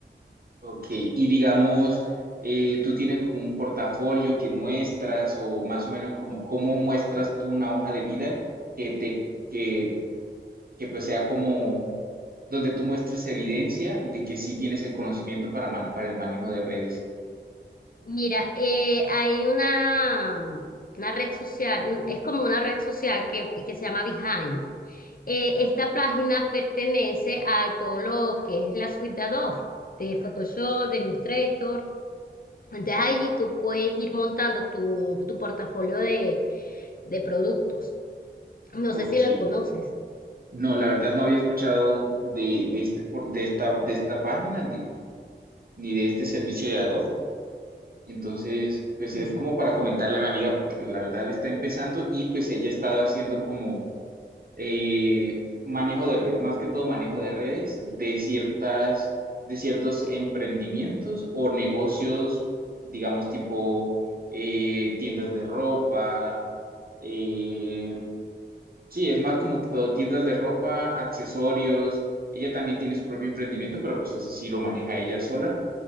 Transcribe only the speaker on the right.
Ok, y digamos, eh, tú tienes como un portafolio que muestras o más o menos como cómo muestras tú una hoja de vida que te, que, que pues sea como donde tú muestres evidencia de que sí tienes el conocimiento para, man- para el manejo de redes.
Ok.
No, la verdad no había escuchado de, de, este, por- de, esta, de esta página de, ni de este servicio de Adobe. Entonces, pues es
como para comentarle a mi amiga porque pues la verdad está empezando y pues ella ha estado haciendo como eh, manejo de redes, más que todo manejo de redes de ciertas, de ciertos emprendimientos o negocios, digamos tipo eh, tiendas de ropa Eh, sí, es más como que todo, tiendas de ropa, accesorios. Ella también tiene su propio emprendimiento, pero pues ese sí lo maneja ella sola.